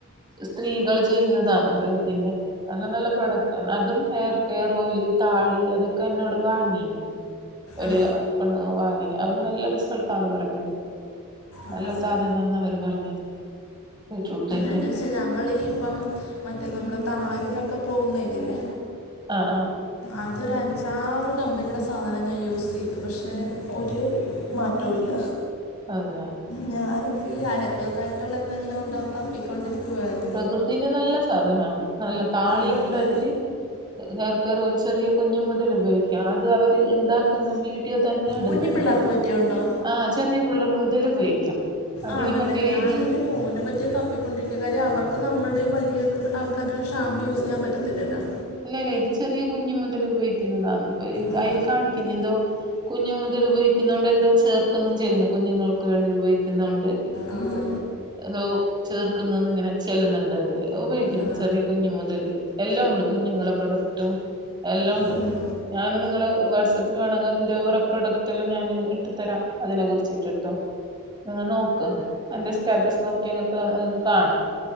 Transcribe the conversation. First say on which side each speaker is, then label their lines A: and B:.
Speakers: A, on the right (about 20°); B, on the left (about 85°).
A: സ്ത്രീകള് ചെയ്യുന്നതാ പ്രകൃതിന്റെ നല്ല നല്ല പ്രോഡക്റ്റ് ആണ് അതും ഹെയർ കെയർ ഓയിലി താളി അതൊക്കെ എന്നോട് വാങ്ങീന് ഒര്
B: ആ
A: അ പെന്നോ വാങ്ങി അവര് നല്ല റിസൾട്ടാന്ന് പറഞ്ഞത്
B: ആണല്ലേ
A: നല്ല സാധനാന്ന് അവര് പറഞ്ഞത് ബീറ്റ്റൂട്ട്ലെ
B: എന്ന് വെച്ചാ ഞങ്ങളീ ഇപ്പം മറ്റേ നമ്മുടെ താരനൊക്കെ പോവുന്ന ഇതില്ലേ
A: ആഹ് ആഹ്
B: അതൊരു അഞ്ചാറ് കമ്പനിയുടെ സാധനം ഞാൻ യൂസ് ചെയ്തു പക്ഷെ ഒരു. മാറ്റോല്ല
A: അതെയാ
B: ഞാനിപ്പ ഇ ആയൂർവേദം ആയിട്ടുള്ള എന്തങ്കിലും ഒണ്ടൊന്ന് തപ്പി കൊണ്ടിരിക്കുവാരുന്നു
A: പ്രകൃതിന് നല്ല സാധനാണ് നല്ല താളിയുണ്ടതില്
B: ആണല്ലേ
A: ഹെയർ കെയർ ഓൽ ചെറിയ കുഞ്ഞു മുതൽ ഉപയോഗിക്കാം അത് അവർ ഉണ്ടാക്കുന്ന വീട് ടിയോ തന്നെ ഇടുന്നുണ്ട്
B: കുഞ്ഞു പിള്ളേർക്ക് പറ്റിയുണ്ടോ
A: ആഹ് ചെറിയ പിള്ളർ മുതൽ ഉപയോഗിക്കാം അതില്
B: ആണല്ലേ
A: മറ്റേ
B: ഞാനെന്റെ
A: ഇത്
B: മോനു പ റ്റി തപ്പിക്കൊണ്ടരിക്കുക കാര്യം അവർക്ക് നമ്മളുടെയും വലിയ പിൾ ആൾക്കാരുടെ ഷാമ്പു യൂസ് ചെയ്യാൻ പറ്റത്തില്ലല്ലോ
A: ഇല്ല ഇല്ല ഇത് ചെറിയ കുഞ്ഞ് മുതൽ ഉപയോഗിക്കുന്നതാണ്
B: ആ,
A: അതിൽ കാണിക്കുന്നത് എന്തോ കുഞ്ഞു മുതൽ ഉപയോഗിക്കുന്നോണ്ട് എന്തോ ചേർക്കുന്നും ചെല്ലുന്നു കുഞ്ഞുങ്ങൾക്ക് വേണ്ടി ഉപയോഗിക്കുന്നോണ്ട്
B: ആഹ്
A: തോ ചേർക്കുന്നന്ന് ഇങ്ങനെ ചെല്ലുന്നുണ്ട് അതില് ഉപയോഗിക്കുന്ന
B: ആ, ആ,
A: ചെറിയ കുഞ്ഞു മുതല് എല്ലാം ഒണ്ട് കുഞ്ഞുങ്ങളെ പ്രൊഡക്റ്റും എല്ലാം ഒണ്ട്
B: ഉം,
A: ഞാന് നിങ്ങള വാട്ട്സാപ്പ്ല് വേണോങ്കി അതിന്റെ വേറെ പ്രോഡക്റ്റ് എല്ലാം ഞാന് ഇട്ട് തരാം അതിനെ കുറിച്ചിട്ട്ട് തൊ നിങ്ങ നോക്ക്‌ അതിന്റെ സ് സ്റ്റാറ്റസ് നോക്കിയങ്ങക് അ കാണും